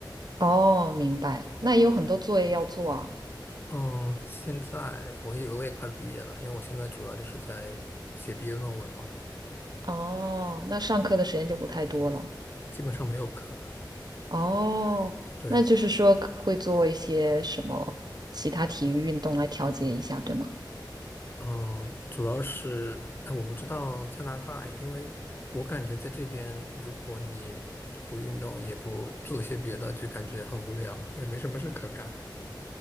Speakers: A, on the right (about 60°); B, on the left (about 25°).
A: 哦，明白。那也有很多作业要做啊。
B: 对。嗯，现在我以为我也快毕业了，因为我现在主要就是在写毕业论文嘛，
A: 哦，那上课的时间就不太多了。
B: 基本上没有课了。
A: 哦，
B: 对，
A: 那就是说可会做一些什么其他体育运动来调节一下，对吗？
B: 嗯，主要是呃我不知道加拿大，因为我感觉在这边，如果你不运动也不做些别的，就感觉很无聊，也没什么事可干。